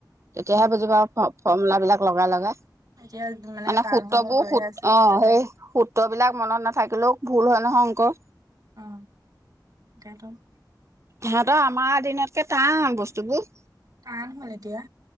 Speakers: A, on the right; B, on the right.
A: তেতিয়াহে
B: উম
A: বুজি পা ফৰ্মূলাবিলাক লগাই লগাই
B: এতিয়া
A: মানে
B: টান
A: সূত্ৰবোৰ
B: হৈ হৈ গৈহে
A: সোত
B: আছে
A: অ সেই সোত মনত নাথাকিলেও ভুল হয় নহয় অংকৰ
B: অ কাৰণ
A: সিহঁতৰ আমাৰ দিনতকে টান বস্তুবোৰ
B: টান হ'ল এতিয়া